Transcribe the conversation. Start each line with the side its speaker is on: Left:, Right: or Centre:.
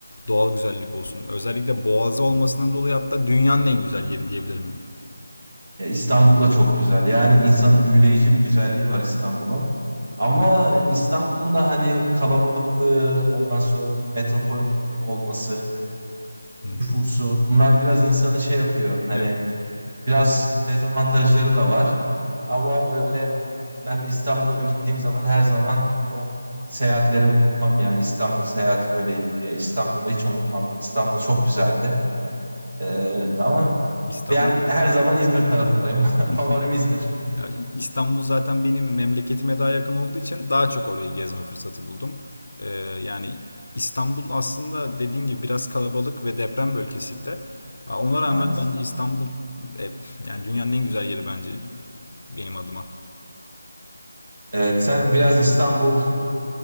Left: doğal güzellik olsun. Özellikle Boğazı olmasından dolayı hatta dünyanın en güzel yeri diyebilirim ben.
Right: Ya İstanbul da çok güzel. Yani insanı büyüleyici bir güzelliği var İstanbul'un. Ama İstanbul'un da hani kalabalıklığı, ondan sonra bu metropol olması,
Left: Hı
Right: nüfusu
Left: hı.
Right: bunlar biraz insanı şey yapıyor. Hani
Left: Evet.
Right: biraz dezavantajları da var. Ama böyle ben de İstanbul'a gittiğim zaman her zaman o seyahatlerimi unutmam yani İstanbul seyahati böyleydi diye. İstanbul'u hiç unutmam. İstanbul çok güzeldi. Ee, ama
Left: İstanbul
Right: Ben her zaman İzmir tarafındayım. <laughs>
Left: <laughs>
Right: Favorim İzmir
Left: Ya İstanbul zaten benim memleketime daha yakın olduğu için daha çok orayı gezme fırsatı buldum. Ee, yani İstanbul aslında dediğin gibi biraz kalabalık ve deprem bölgesi bir de. Aa, Ona rağmen
Right: maalesef.
Left: bence İstanbul e, yani dünyanın en güzel yeri bence benim adıma.
Right: Evet, sen biraz İstanbul